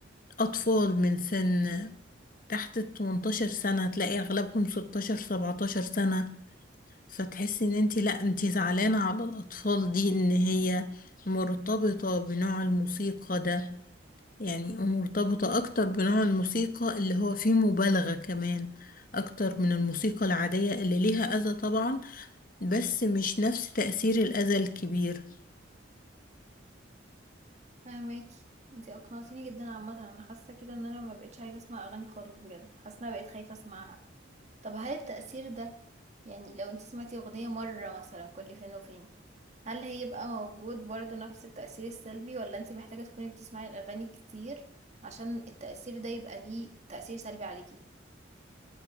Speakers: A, on the left (about 45°); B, on the right (about 35°).
A: اطفال من سن تحت ال 18 سنة تلاقي اغلبهم 16 17 سنة فتحسي ان انتي لا انتي زعلانة على الاطفال دي ان هي مرتبطة بنوع الموسيقى ده يعني مرتبطة اكتر بنوع الموسيقى اللي هو فيه مبالغة كمان اكتر من الموسيقى العادية اللي ليها اذى طبعا بس مش نفس تأثير الأذى الكبير
B: فهماكي انتي اقنعتيني جدا عامه انا حاسه كده ان انا ما بقتش عايزه اسمع اغاني خالص بجد حاسه ان انا بقيت خايفه اسمعها طب هل التأثير ده يعني لو انتي سمعتي اغنيه مره مثلا كل فين وفين هل هيبقى موجود برضو نفس التأثير السلبي ولا انتي محتاجة تكوني بتسمعي الأغاني كتير عشان التأثير ده يبقى ليه تأثير سلبي عليكي